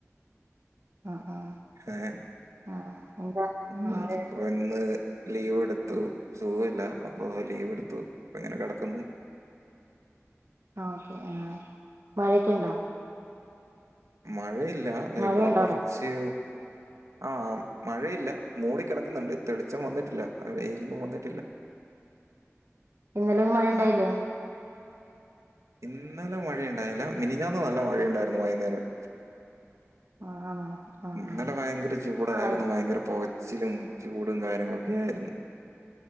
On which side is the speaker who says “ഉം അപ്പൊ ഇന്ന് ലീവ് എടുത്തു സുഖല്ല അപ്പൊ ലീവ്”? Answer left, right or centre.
Right